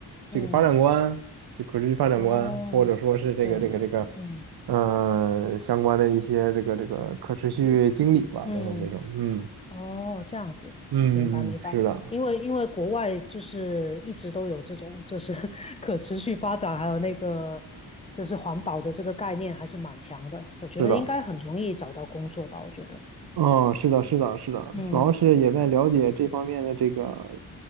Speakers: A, on the right; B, on the left.
A: 这个发展观，
B: 嗯，
A: 就可持续发展观，
B: 哦，OK，
A: 或者说是这个这个这个
B: 嗯
A: 呃相关的一些这个这个可持续经理吧，
B: 嗯
A: 等等这种，嗯。
B: 哦，这样子，
A: 嗯嗯嗯，
B: 明白明白。
A: 是的，
B: 因为因为国外就是一直都有这种就是 <laughs> 可持续发展，还有那个就是环保的这个概念还是蛮强的，我觉得应该很容易找到工作吧，
A: 是的，
B: 我觉得。
A: 嗯，是的，是的，是的，
B: 嗯，
A: 主要是也在了解这方面的这个，